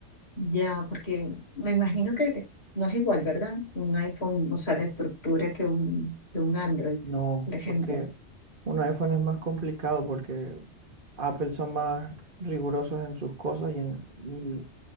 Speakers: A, on the left; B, on the right.
A: Ya, porque me imagino que no es igual, ¿verdad? Un iPhone, o sea, la estructura que un, que un Android,
B: No,
A: por ejemplo.
B: porque un iPhone es más complicado porque Apple son más rigurosos en sus cosas y, en- y